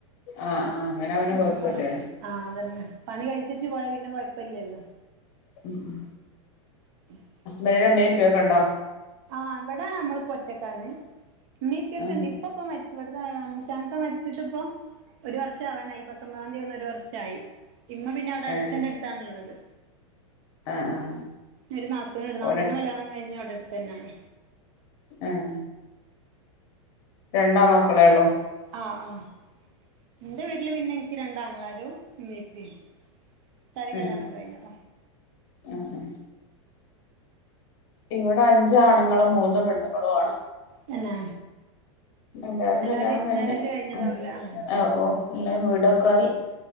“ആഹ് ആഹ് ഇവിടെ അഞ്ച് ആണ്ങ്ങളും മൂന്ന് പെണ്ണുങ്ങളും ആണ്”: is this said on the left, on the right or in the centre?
Left